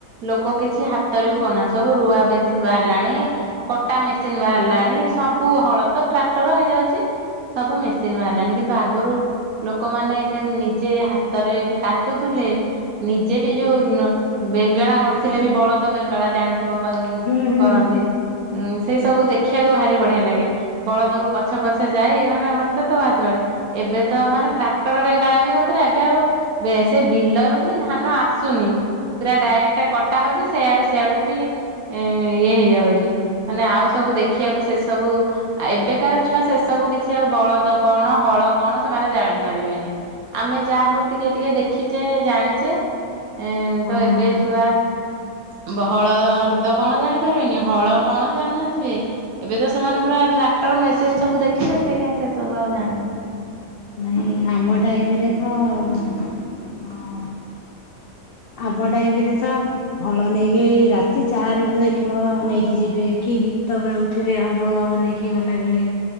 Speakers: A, on the right; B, on the left.
A: ଲୋକ କିଛି ହାତରେ ବି ବନା ସବୁ ରୁଆ ବେସିନ ବାହାରିଲାଣି କଟା ମେସିନ ବାହାରିଲାଣି ସବୁ ହଳ ତ ଟ୍ରାକ୍ଟର ହେଇଯାଉଚି ସବୁ ମେସିନ ବାହାରିଲାଣି କିନ୍ତୁ ଆଗରୁ ଲୋକମାନେ କେନ ନିଜେ ହାତରେ ବି କାଟୁଥୁଲେ ନିଜେ ବି ଯୋଉ ଲ ବେଙ୍ଗେଳା କରୁଥିଲେ ବି ବଳଦ ବେଙ୍ଗ ଗଳା ଜାଣି ଥି ଥିବ ବଂ-କରନ୍ତି
B: ହୁଁ ହୁଁ
A: ଉଁ ସେଇ ସବୁ ଦେଖି ଦେଖିବାକୁ ଭାରି ବଢିଆ ଲାଗେ ବଳଦକୁ ପଛେ ପଛେ ଯାଇ ମାନେ ମର୍ତେ ତ ଭାରି ବ-ଏବେ ତ ମାନେ ଟ୍ରାକ୍ଟର୍ ବେଙ୍ଗେଳା ବି ହଉଥିଲା ଏବେ ଆଉ ବେ-ସେ ବିଲରୁ ହିଁ ଧାନ ଆସୁନି ପୁରା ଡାଇରେକ୍ଟ କଟା ହଉଚି ସେଇଆଡୁ ସିଆଡୁକୁ ବି ଇଁ ଇଏ ହେଇଯାଉଚି ମାନେ ଆଉ ସବୁ ଦେଖିବାକୁ ସେ ସବୁ ଏବେକାର ଛୁଆ ସେ ସବୁ କିଛି ଆଉ ବଳଦ କଣ ହଳ କଣ ସେମାନେ ଜାଣିପାରିବେନି ଆମେ ଯାହା ହଉ ଟିକେ ଟିକେ ଦେଖିଚେ ଜାଣିଚେ। ଏଁ
B: ହଁ
A: ତ ଏବେ ଛୁଆ। ବହଳଦ-ଅଦ୍ର କଣ ଜାଣିପାରିବେନି ହଳ କଣ ଜାଣିିନଥିବେ ଏବେ ତ ସେମାନେ ପୁରା ଟ୍ରାକ୍ଟର ମେସିନ୍ ସବୁ ଦେଖିଲେ ସେ କାଇଁ ସେ ସବୁ ଆଉ ଜାଣିବେ।
B: ନାଇଁ ଆମ ଟାଇମିରେ ତଅ ହଁ ଆମ ଟାଇମିରେ ତ ହଳ ନେଇକି ରାତି ଚାଆରିରୁ ଦେଖିବ ନେଇକି ଯିବେ କି ଗୀତ ଗାଉଥିବେ ହଳୁଅ ନେଇକି ଗଲା ବେଳେ